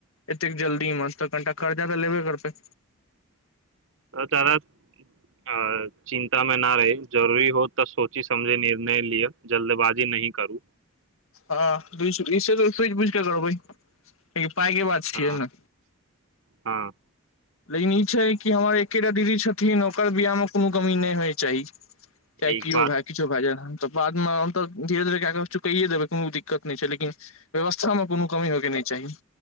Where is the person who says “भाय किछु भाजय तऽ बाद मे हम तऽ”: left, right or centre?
Left